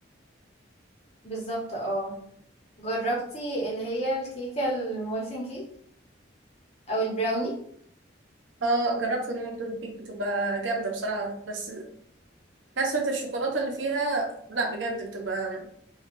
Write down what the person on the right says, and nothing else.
اه جربت المولتون كيك بتبقى جامدة بصراحة بس كثرة الشوكولاتة اللي فيها لا بجد بتبقى